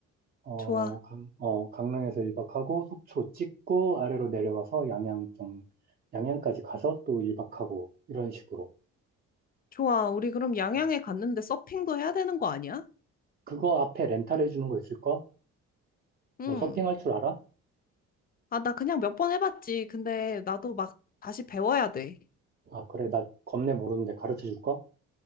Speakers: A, on the right (about 30°); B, on the left (about 30°).
A: 어,
B: 좋아,
A: 강, 어, 강릉에서 1박하고 속초 찍고 아래로 내려와서 양양 좀, 양양까지 가서 또 1박하고 이런 식으로.
B: 좋아. 우리 그럼 양양에
A: 음.
B: 갔는데 서핑도 해야 되는 거 아니야?
A: 그거 앞에 렌탈해 주는 거 있을까?
B: 응.
A: 너 서핑할 줄 알아?
B: 아, 나 그냥 몇 번 해봤지. 근데 나도 막 다시 배워야 돼.
A: 아, 어, 그래. 나 겁내 모르는데 가르쳐 줄까?